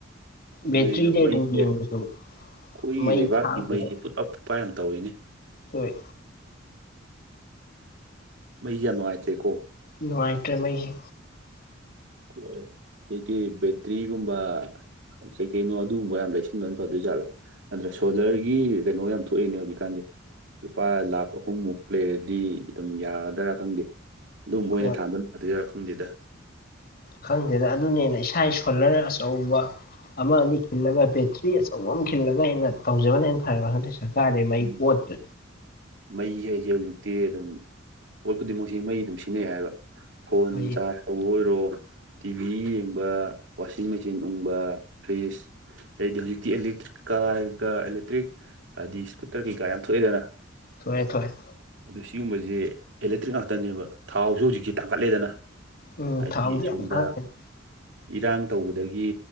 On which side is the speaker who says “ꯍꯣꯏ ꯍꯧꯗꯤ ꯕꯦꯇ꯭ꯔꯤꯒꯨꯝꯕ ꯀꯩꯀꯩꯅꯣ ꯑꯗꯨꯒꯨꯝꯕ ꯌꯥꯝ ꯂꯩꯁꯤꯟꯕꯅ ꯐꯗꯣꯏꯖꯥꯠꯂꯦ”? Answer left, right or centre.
Right